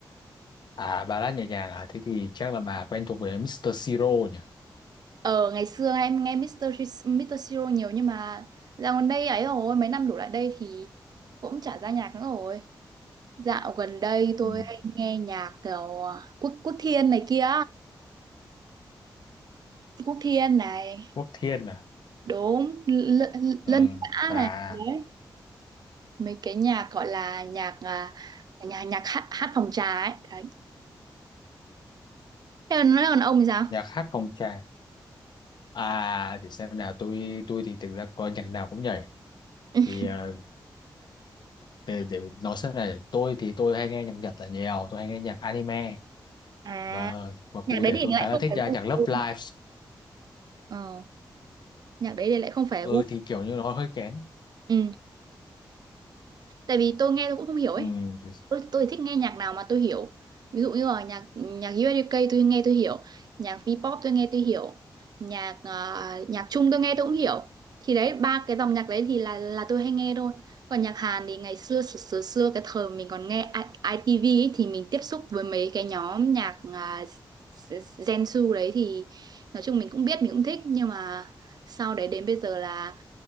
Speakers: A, on the left; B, on the right.
A: À bà đã nhẹ nhàng à? Thế thì chắc là bà quen thuộc với Mr. Siro nhỉ?
B: Ờ ngày xưa em nghe Mr. Sh- Mr. Siro nhiều nhưng mà dạo gần đây ấy rồi mấy năm đổ lại đây thì cũng chả ra nhạc nữa rồi. Dạo gần đây tôi
A: Ừ.
B: hay nghe nhạc kiểu à, Quốc Quốc Thiên này kia, Quốc Thiên này,
A: Quốc Thiên à?
B: đúng L- L-
A: Ừ,
B: Lân Xã
A: bà.
B: này, đấy. Mấy cái nhạc gọi là nhạc à, nhà nhạc hát, hát phòng trà ấy, đấy. Thế còn nói còn ông thì sao?
A: nhạc hát phong trào à để xem nào tôi tôi thì thực ra có nhạc nào cũng nhảy
B: <laughs>
A: thì ờ, để, để nói xem này tôi thì tôi hay nghe nhạc Nhật là nhiều tôi hay nghe nhạc anime
B: À,
A: và và cụ
B: nhạc đấy
A: thể
B: thì
A: tôi
B: lại
A: khá là
B: không
A: thích
B: phải
A: nhạc
B: gu
A: nhạc
B: của
A: Love
B: tôi.
A: Live
B: Ờ, nhạc đấy thì lại không phải
A: ừ
B: gu.
A: thì kiểu như nó hơi kén
B: Ừ. tại vì tôi nghe tôi cũng không hiểu ấy
A: ừ, thì-
B: tôi, tôi thích nghe nhạc nào mà tôi hiểu ví dụ như là nhạc nhạc USK tôi nghe tôi hiểu nhạc V-pop tôi nghe tôi hiểu nhạc ờ, nhạc Trung tôi nghe tôi cũng hiểu thì đấy ba cái dòng nhạc đấy thì là là tôi hay nghe thôi còn nhạc Hàn thì ngày xưa xưa xưa, xưa cái thời mình còn nghe I- ITV ấy, thì mình tiếp xúc với mấy cái nhóm nhạc à, Gen Su đấy thì nói chung mình cũng biết mình cũng thích nhưng mà sau đấy đến bây giờ là